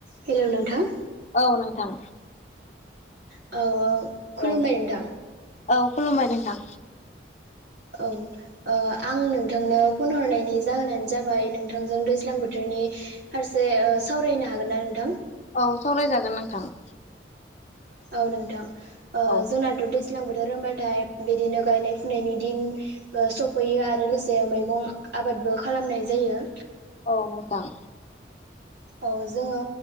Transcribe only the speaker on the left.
औ नोंथां।
औ
औ खुलुमबाय नोंथां।
औ सावरायजागोन नोंथां।
औ
औ नोंथां।